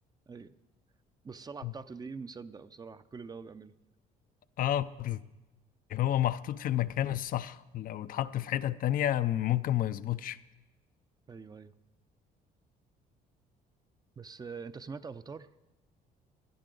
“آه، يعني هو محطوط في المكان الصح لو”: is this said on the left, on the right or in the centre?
Left